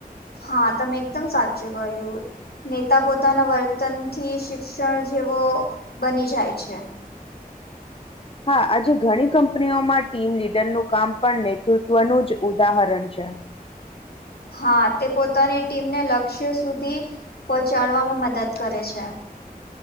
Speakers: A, on the left; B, on the left.
A: હા તમે એકદમ સાચું કહ્યું. નેતા પોતાના વર્તન થી શિક્ષણ જેવો બની જાય છે.
B: હા આજે ઘણી કંપનીઓમાં ટીમ લીડરનું કામ પણ નેતૃત્વનું જ ઉદાહરણ છે.
A: હા તે પોતાની ટીમને લક્ષ્ય સુધી પહોંચાડવામાં મદદ કરે છે.